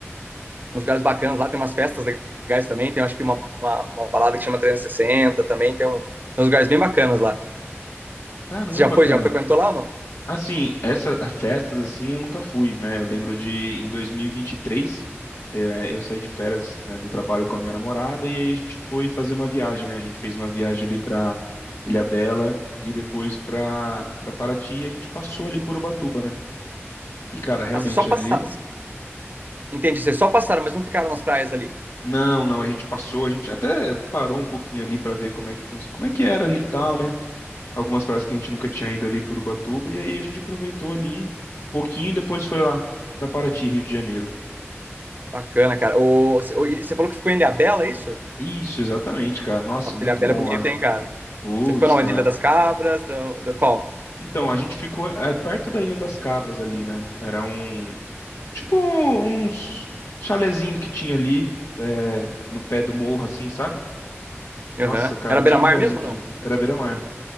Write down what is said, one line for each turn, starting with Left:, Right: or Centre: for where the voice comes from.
Right: uns lugares bacanas lá, tem umas festas legais também, tem acho que uma, uma, uma balada que chama 360 também, tem, um, tem uns lugares bem bacanas lá.
Left: Caramba,
Right: Você já foi?
Left: cara.
Right: Já frequentou lá ou não?
Left: Assim, essas festas assim eu nunca fui, né? Eu lembro de em 2023 eh, eu saí de férias, né, do trabalho com a minha namorada e aí a gente foi fazer uma viagem, né? A gente fez uma viagem ali para Ilhabela e depois para para Paraty e a gente passou ali por Ubatuba, né? E cara, realmente
Right: Ah, vocês só passaram.
Left: ali
Right: Entendi, vocês só passaram, mas não ficaram nas praias ali.
Left: Não, não, a gente passou, a gente até parou um pouquinho ali para ver como é que funciona, como é que era ali e tal, né? Algumas praias que a gente nunca tinha ido ali por Ubatuba e aí a gente aproveitou ali um pouquinho e depois foi lá para Paraty, Rio de Janeiro.
Right: Bacana, cara. O, você falou que ficou em Ilhabela, é isso?
Left: Isso, exatamente, cara. Nossa,
Right: Nossa,
Left: muito
Right: Ilhabela
Left: bom
Right: é bonita,
Left: lá.
Right: hein, cara?
Left: Putz,
Right: Você ficou na
Left: cara.
Right: onde? Ilha das Cabras, da, da qual?
Left: Então, a gente ficou é, perto da Ilha das Cabras ali, né? Era um. Tipo, uns chalezinho que tinha ali, é, no pé do morro, assim, sabe?
Right: Aham.
Left: Nossa, cara,
Right: Era
Left: que
Right: beira-mar
Left: viagem
Right: mesmo
Left: incrível.
Right: ou não?
Left: Era beira-mar.